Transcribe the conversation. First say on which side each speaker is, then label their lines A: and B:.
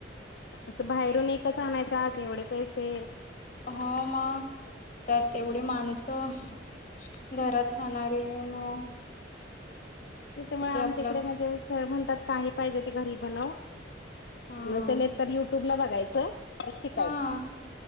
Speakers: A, on the left (about 60°); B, on the left (about 45°).
A: असं बाहेरून एकच आणायच एवढे पैसे,
B: हो मग त्यात एवढी माणसं घरात खाणारी हो
A: त्याच्यामुळे आमच्याकडे
B: आपलं
A: म्हणजे म्हणतात काही पाहिजे ते घरी बनव.
B: हा
A: नसेल तर युट्यूब ला बघायचं. ते शिकायच.
B: हा